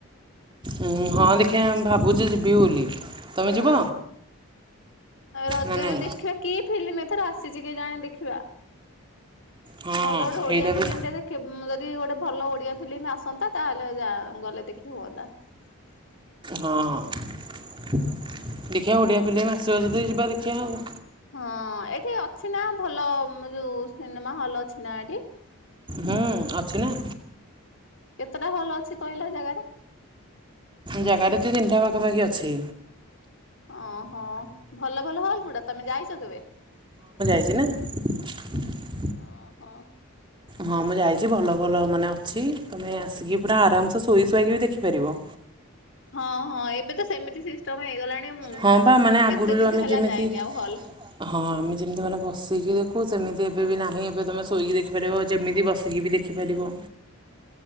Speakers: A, on the right (about 20°); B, on the left (about 55°).
A: ହଁ ହଁ ଦେଖିବା ଭାବୁଛି ଯିବି ବୋଲି। ତମେ
B: ହଁ
A: ଯିବ
B: ରଜରେ
A: ନା ନାଇଁ
B: ଦେଖିବା କିଏ ଫିଲ୍ମ ଏଥର ଆସିଛି କେଜାଣୀ ଦେଖିବା।
A: ହଁ
B: ଭଲ ଗୋଟେ ଓଡିଆ
A: ହେଇଟା
B: ଫିଲ୍ମଟେ
A: ବି
B: ଦେଖ ଯଦି ଗୋଟେ ଭଲ ଓଡିଆ ଫିଲ୍ମ ଆସନ୍ତା ତାହେଲେ ଗଲେ ଦେଖି କେ ହେଲା।
A: ହଁ ଦେଖିବା ଓଡ଼ିଆ ଫିଲ୍ମ ଆସିବ ଯିବା ଦେଖିବା ଆଉ।
B: ହଁ ଏଠି ଅଛି ନା ଭଲ ଯୋଉ ସିନେମା ହଲ୍ ଅଛି ନା ଏଠି।
A: ହୁଁ ଅଛି ନା।
B: କେତେଟା ହଲ୍ ଅଛି କହିଲା ଜାଗାରେ?
A: ଜାଗାରେ ଦୁଇ ତିନିଟା ପାଖାପାଖି ଅଛି।
B: ଓହୋ ଭଲ ଭଲ ହଲ୍ ଗୁଡା ତମେ ଯାଇଛ କେବେ?
A: <inaudible>
B: ହ ହୋ।
A: ହଁ ମୁଁ ଯାଇଛି ଭଲ ଭଲ ମାନେ ଅଛି ତୁମେ ଆସିକି ପୁରା ଆରାମସେ ଶୋଇ ଶୋଇକି ବି ଦେଖିପାରିବ।
B: ହଁ ହଁ ଏବେ ତ ସେମିତି ସିଷ୍ଟମ ହେଇଗଲାଣି ମୁଁ
A: ହଁ ବା ମାନେ ଆଗରୁ
B: କେତେ
A: ଯୋଉ
B: ଦିନ
A: ଆମେ
B: ହେଲା
A: ଯେମିତି
B: ଯାଇନି ଆଉ ହଲ।
A: ହଁ ଆମେ ଯେମିତି ମାନେ ବସିକି ଦେଖୁ ସେମିତି ଏବେ ବି ନାହିଁ ଏବେ ତମେ ଶୋଇକି ଦେଖିପାରିବ ଯେମିତି ବସିକି ବି ଦେଖି। <unintelligible>